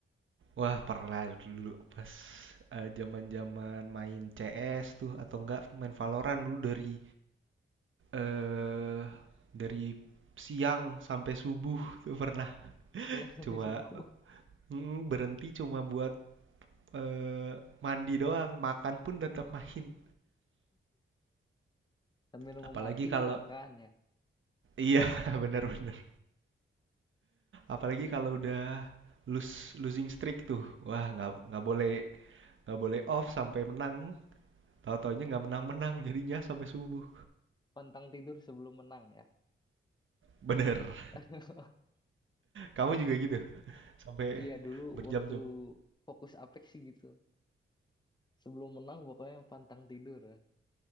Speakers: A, on the right; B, on the left.
A: wah pernah dulu pas zaman zaman main CS tuh atau enggak main Valorant dulu dari eh dari siang sampai subuh tuh pernah
B: Siang <laughs> sampai
A: cuma
B: subuh.
A: mm, berhenti cuma buat eh, mandi doang makan pun tetap main
B: Sampai nunggu
A: apalagi
B: mati
A: kalau
B: makan ya.
A: iya <laughs> benar-benar. apalagi kalau udah lose losing streak tuh wah nggak nggak boleh nggak boleh off sampai menang Tahu-tahunya nggak menang-menang jadinya sampai subuh.
B: <laughs> Pantang tidur sebelum menang ya.
A: Bener.
B: <laughs>
A: Kamu juga gitu? Sampai
B: Iya dulu
A: berjam-jam.
B: waktu
A: <laughs>
B: fokus Apex sih gitu. Sebelum menang pokoknya pantang tidur ya.